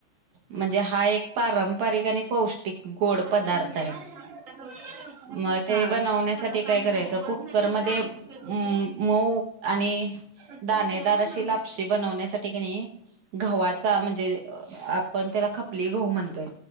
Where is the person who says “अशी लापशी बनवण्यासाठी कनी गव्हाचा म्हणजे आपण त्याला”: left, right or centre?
Right